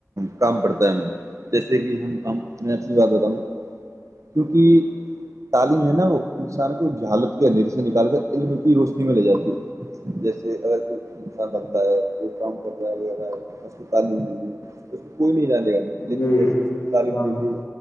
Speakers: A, on the right (about 75°); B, on the left (about 80°).
A: کام پڑتا ہےیں جیسے کہ ہم میں یاد دیتا ہوں کیونکہ تعلیم ہے نا وہ انسان کو جو حالت کے اندھیر سے نکال کر علم کی روشنی میں لے جاتی ہے جیسے اگر کوئی انسان بنتا ہے کوئی کام کر رہا ہے وغیرہ ہے اس کو تعلیم نہیں ہے تو اس میں کوئی نہیں جانے کا لیکن
B: جی
A: جیسے اس نے تعلیم
B: واہ
A: لے
B: واہ
A: لی